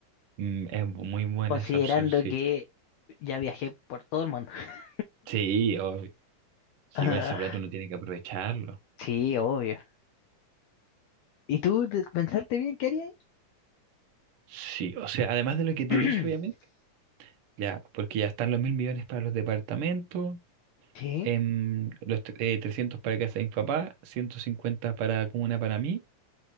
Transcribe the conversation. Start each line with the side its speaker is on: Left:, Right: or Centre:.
Right: Mm, es bu- muy buena
Left: considerando
Right: esa opción, sí.
Left: que ya viajé por todo el mundo. <laughs>
Right: Sí, obvio. Sí,
Left: Ah,
Right: con esa plata uno tiene que aprovecharlo.
Left: sí, obvio. ¿Y tú te- pensaste bien qué harías?
Right: Sí, o sea, además de lo que te
Left: <clears throat>
Right: dije, obviamente, ya, porque ya están los mil millones para los departamentos,
Left: Sí,
Right: em, los tre- eh, 300 para casa de mi papá, 150 para comuna para mí.